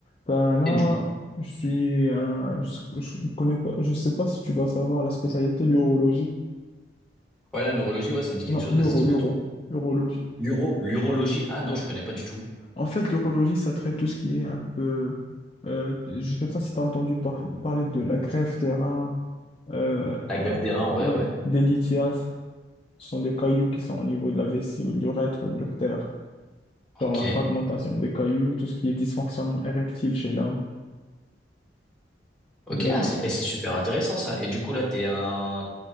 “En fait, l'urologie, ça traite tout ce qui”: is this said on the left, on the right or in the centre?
Left